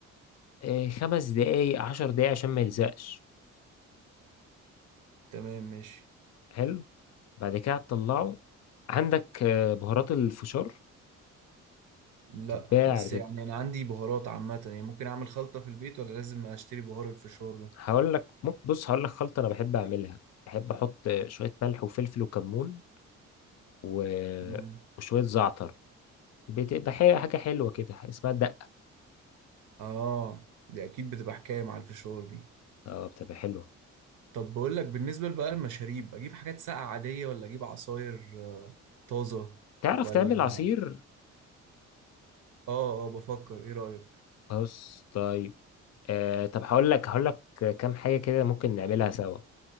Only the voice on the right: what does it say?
تمام ماشي
لا
بس يعني انا عندي بهارات عامه يعني ممكن اعمل خلطه في البيت ولا لازم اشتري بهار الفشار ده
تمام
اه دي اكيد بتبقى حكايه مع الفشار دي
طب بقول لك بالنسبه بقى المشاريب اجيب حاجات ساقعه عاديه ولا اجيب عصاير آه، طازه
ولا
اه اه بفكر ايه رايك